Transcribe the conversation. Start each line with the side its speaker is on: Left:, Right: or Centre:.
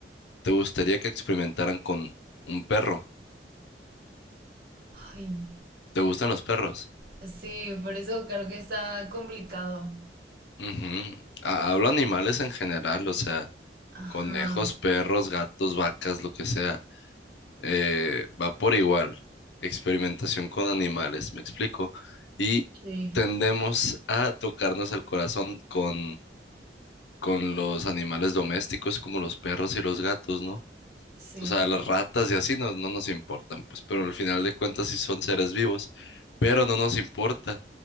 Left: te gustaría que experimentaran con un perro.
Right: Ay,
Left: ¿Te gustan los perros?
Right: sí, por eso creo que está complicado.
Left: Ujú. Ha- Hablo animales en general, o sea,
Right: Ajá.
Left: conejos, perros, gatos, vacas, lo que sea. Eh, va por igual. Experimentación con animales, me explico. Y
Right: Sí,
Left: tendemos a tocarnos el corazón con, con los animales domésticos como los perros y los gatos, ¿no?
Right: sí.
Left: o sea, las ratas y así no, no nos importan, pues, pero al final de cuentas sí son seres vivos, pero no nos importa.